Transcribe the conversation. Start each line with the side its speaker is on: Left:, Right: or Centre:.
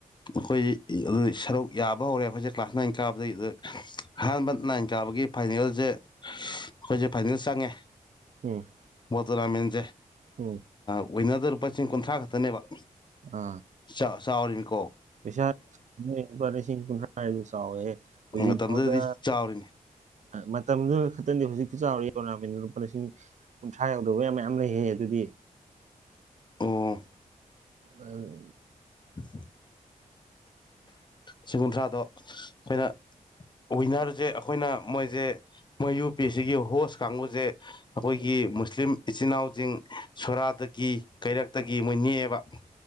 Left: ꯑꯩꯈꯣꯏ ꯑꯗꯨ ꯁꯔꯨꯛ ꯌꯥꯕ ꯍꯧꯔꯦ ꯑꯩꯈꯣꯏꯁꯦ ꯀ꯭ꯂꯥꯁ ꯅꯥꯏꯟ ꯀꯥꯕꯗꯒꯤ ꯑꯗꯨꯗ ꯑꯍꯥꯟꯕ ꯅꯥꯏꯟ ꯀꯥꯕ ꯑꯩꯈꯒꯤ ꯐꯥꯏꯅꯦꯜꯁꯦ ꯑꯩꯈꯣꯏꯁꯦ ꯐꯥꯏꯅꯦꯜ ꯆꯪꯉꯦ
Right: ꯎꯝ
Left: ꯣꯣꯔꯅꯥꯦꯟꯁꯦ
Right: ꯎꯝ
Left: ꯋ ꯑꯣꯏꯅꯔꯗ ꯂꯨꯄꯥ ꯆ ꯀꯨꯟꯊ꯭ꯔꯥ ꯈꯛꯇꯅꯦꯕ
Right: ꯑꯥ
Left: ꯆꯥꯎꯔꯤꯃꯤꯀꯣ
Right: ꯄꯁꯥꯔꯁꯤ ꯄꯨꯥꯦ <unintelligible> ꯍꯧꯖꯤꯛ
Left: ꯃꯇꯝꯗꯨꯗꯗꯤ
Right: ꯐꯥꯎꯗ
Left: ꯆꯥꯎꯔꯤꯅꯤ
Right: ꯃꯇꯝꯗꯨꯅ ꯈꯛꯇꯪꯗꯤ ꯍꯧꯖꯤꯛ ꯆꯥꯎꯔꯛ ꯇꯣꯔꯅꯥꯃꯦꯟꯗꯨ ꯂꯨꯄꯥ ꯂꯤꯁꯤꯡ ꯀꯨꯟꯊ꯭ꯔꯥ ꯌꯥꯎꯗꯧꯕ ꯌꯥꯝ ꯃꯌꯥꯝ ꯂꯩꯍ ꯑꯗꯨꯗꯤ
Left: ꯑꯣ
Right: ꯎꯝ
Left: ꯎꯝ ꯁꯤ ꯀꯨꯟꯊ꯭ꯔꯥꯗꯣ ꯑꯩꯈꯣꯏꯅ ꯋꯤꯟꯅꯔꯁꯦ ꯑꯩꯈꯣꯏꯅ ꯃꯣꯏꯁꯦ ꯃꯣꯏꯌꯨ ꯄꯤ ꯁꯤꯒꯤ ꯍꯣꯁ ꯀꯥꯡꯕꯨꯁꯦ ꯑꯩꯈꯣꯏꯒꯤ ꯃꯨꯁꯂꯤꯝ ꯏꯆꯤꯟ ꯏꯅꯥꯎꯁꯤꯡ ꯁꯣꯔꯥꯗꯒꯤ ꯀꯩꯔꯛꯇꯒꯤ ꯃꯣꯏ ꯅꯦꯛꯑꯦꯕ <unintelligible>